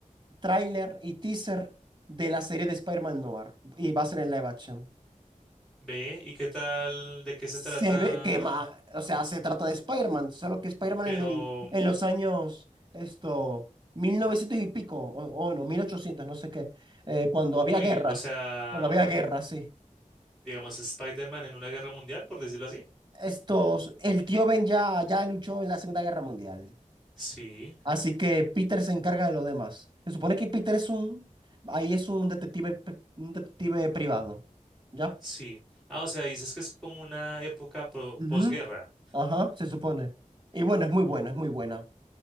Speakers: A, on the right; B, in the centre.
A: tráiler y teaser de la serie de Spider-Man Noir y va a ser en live action.
B: ve. ¿Y qué tal? ¿De qué se
A: Se
B: trata?
A: ve que, ma- o sea, se trata de Spider-Man, solo que Spider-Man
B: Pero,
A: en el, en los años, esto, 1900 y pico, o, o no, 1800 no sé qué, eh, cuando
B: uy,
A: había guerras,
B: o sea,
A: cuando había guerras, sí.
B: digamos, Spider-Man en una guerra mundial, por decirlo así.
A: Estos, el tío Ben ya, ya luchó en la Segunda Guerra Mundial.
B: Sí,
A: Así que Peter se encarga de los demás. Se supone que Peter es un, ahí es un detective, pe- un detective privado. ¿Ya?
B: sí. Ah, o sea, dices que es como una época pro-
A: Ujú.
B: posguerra.
A: Ajá, se supone. Y bueno, es muy
B: Oh,
A: bueno, es muy buena.